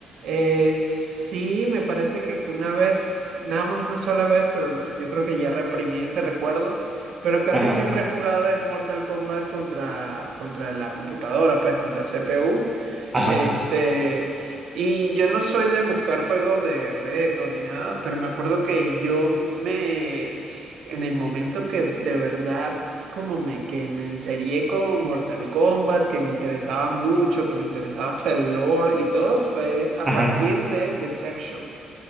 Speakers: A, on the right; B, on the right.
A: Eh, sí, me parece que, que una vez, nada más una sola vez, pero no- yo creo que ya reprimí ese recuerdo. Pero casi
B: Ajá,
A: siempre he jugado es Mortal Kombat contra, contra la computadora, pues contra el CPU.
B: ajá,
A: Este, y yo no soy de buscar juegos de reto ni nada, pero me acuerdo que yo me, en el momento que de verdad como me, que me enserié con Mortal Kombat, que me interesaba mucho, que me interesaba hasta el lore y todo, fue a
B: ajá.
A: partir de Deception.